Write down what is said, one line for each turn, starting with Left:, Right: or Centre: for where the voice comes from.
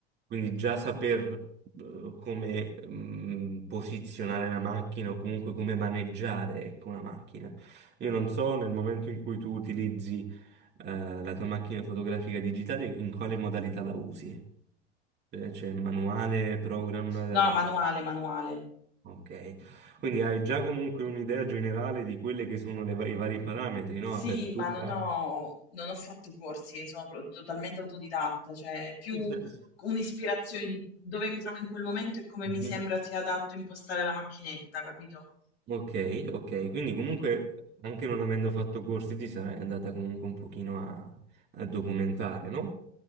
Right: quindi già saper eh, come mm, posizionare la macchina o comunque come maneggiare, ecco, una macchina. Io non so nel momento in cui tu utilizzi eh, la tua macchina fotografica digitale in quale modalità la usi. Eh, C'è manuale, program,
Left: no, manuale, manuale.
Right: ok. Quindi hai già comunque un'idea generale di quelle che sono le va- i vari parametri, no?
Left: Sì,
Right: Apertura.
Left: ma non ho, non ho fatto corsi, sono pro- totalmente autodidatta, cioè più
Right: Sì, sì, sì.
Left: un'ispirazione di dove mi trovo in quel momento e come
Right: Mhm.
Left: mi sembra sia adatto impostare la macchinetta, capito?
Right: Ok, ok. Quindi comunque anche non avendo fatto corsi ti sarai andata comunque un pochino a, a documentare, no?